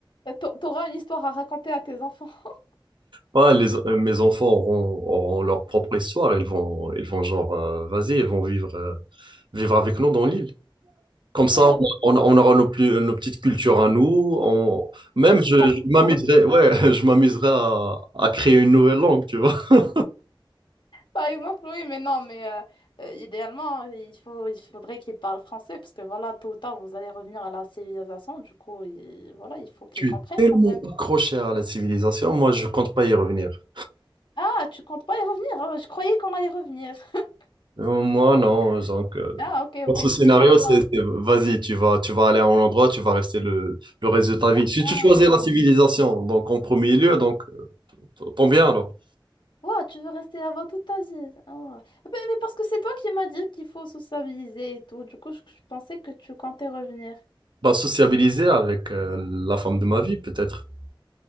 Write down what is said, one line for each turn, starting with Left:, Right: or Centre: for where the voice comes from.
Left: Euh, t'a- T'auras une histoire à raconter à tes enfants. <laughs>
Right: ouais, les, euh, mes enfants auront, auront leur propre histoire. Ils vont, ils vont genre, euh, vas-y, ils vont vivre, euh, vivre avec nous dans l'île. Comme ça,
Left: Ah, oui,
Right: on, on- on aura nos, plus- nos petites cultures à nous. On- Même,
Left: une petite
Right: je,
Left: tradition.
Right: je m'amuserais, ouais, <laughs> je m'amuserais à, à créer une nouvelle langue, tu vois. <laughs>
Left: Par exemple, oui, mais non, mais euh, euh, idéalement, il faut, il faudrait qu'ils parlent français parce que voilà, tôt ou tard, vous allez revenir à la civilisation. Du coup, il, voilà, il faut qu'ils
Right: Je
Left: comprennent
Right: suis tellement
Left: quand même.
Right: accroché à la civilisation, moi, je compte pas y revenir.
Left: Ah, tu comptes pas y revenir? Ah, je croyais qu'on allait revenir. <laughs>
Right: Euh, Moi, non. Donc, euh,
Left: Ah, ok, ok,
Right: dans ce scénario,
Left: s'il fallait pas.
Right: c'est, c'est- vas-y, tu vas, tu vas aller à un endroit, tu vas rester le, le reste de ta vie. Si
Left: Waouh,
Right: tu choisis la civilisation, donc en premier lieu, donc, euh, tant bien alors.
Left: Waouh, tu veux rester là-bas toute ta vie. Oh. Ben, Mais, parce que c'est toi qui m'as dit qu'il faut sociabiliser et tout. Du coup, je, je pensais que tu comptais revenir.
Right: Bah, sociabiliser avec euh, la femme de ma vie, peut-être.